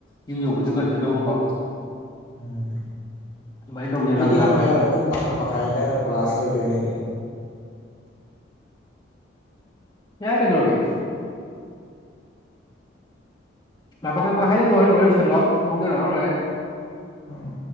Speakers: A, on the left; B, on the left.
A: ꯌꯨꯝ ꯌꯧꯕꯁꯨ ꯉꯟꯒꯗꯧꯕꯀꯣ
B: ꯎꯝ
A: ꯑꯗꯨꯃꯥꯏꯅ ꯇꯧꯁꯦ
B: ꯑꯩꯗꯤ
A: ꯂꯝ ꯂꯥꯞꯄꯁꯨ
B: ꯉꯟꯕ ꯌꯥꯔꯣꯏ ꯄꯨꯡ ꯃꯥꯄꯜ ꯃꯈꯥꯏꯗ ꯀ꯭ꯂꯥꯁ ꯂꯣꯏꯗꯣꯏꯅꯦꯃꯤ
A: ꯌꯥꯏ ꯀꯩꯗꯧꯔꯒꯦ ꯃꯥꯄꯟ ꯃꯈꯥꯏꯗ ꯂꯣꯏꯔ ꯂꯣꯏ ꯂꯣꯏꯁꯤꯜꯂꯣ ꯊꯣꯡꯅꯔꯛꯑꯣ ꯂꯣꯏꯔꯦ
B: ꯎꯝ